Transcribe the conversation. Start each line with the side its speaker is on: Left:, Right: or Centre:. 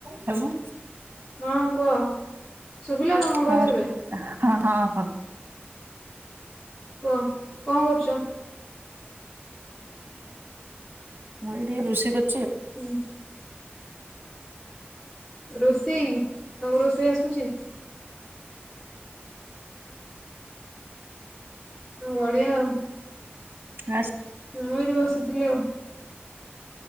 Right: ଖାଇବୁ।
Centre: ହଁ କୁହ ଶୁଭିଲା ତମ ଭଏସ
Right: ହ
Centre: ଏବେ
Right: ହ ହଁ ହଁ
Centre: କୁହ କଣ କରୁଛ?
Right: ମୁଁ ଏଠି ଋଶେଇ କର୍
Centre: ହୁଁ। ରୋଷେଇ କଉ ରୋଷେଇ ଆସୁଛି? ହଁ ବଢିଆ ଆଉ।
Right: ଆ
Centre: ହଁ ଏଠି ବସିଥିଲି ଆଉ।